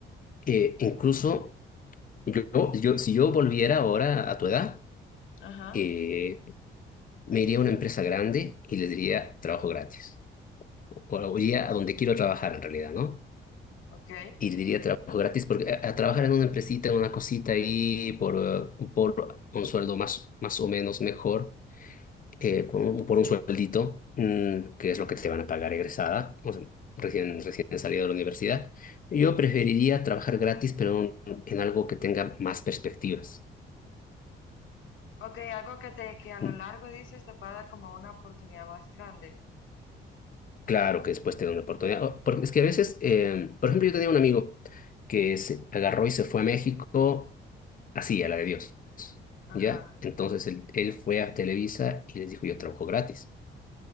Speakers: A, on the left; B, on the left.
A: eh, incluso yo, yo, si yo volviera ahora a tu edad,
B: Ajá,
A: eh, me iría a una empresa grande y les diría trabajo gratis. O o iría a donde quiero trabajar en realidad, ¿no?
B: ok.
A: Y diría trabajo gratis, porque a, a trabajar en una empresita, una cosita ahí por, eh, por un sueldo más, más o menos mejor, eh, con un- por un sueldito, mm, que es lo que te van a pagar egresada, o sea, recién, recién salida de la universidad. Yo preferiría trabajar gratis, pero en, en algo que tenga más perspectivas.
B: Ok, algo que te que a lo
A: Mm,
B: largo dices te puede dar como una oportunidad más grande.
A: Claro que después te da una oportunidad. o- Porque es que a veces, eh, por ejemplo, yo tenía un amigo que se agarró y se fue a México así, a la de Dios.
B: Ajá,
A: ¿ya? Entonces él, él fue a Televisa y les dijo, yo trabajo gratis.